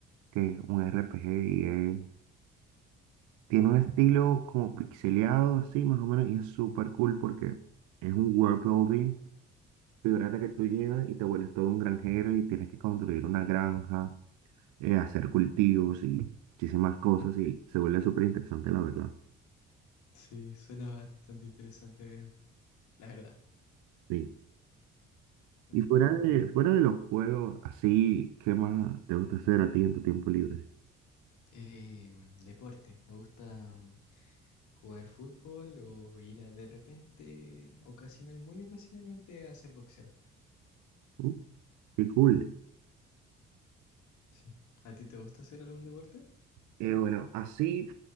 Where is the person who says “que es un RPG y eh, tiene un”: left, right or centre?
Right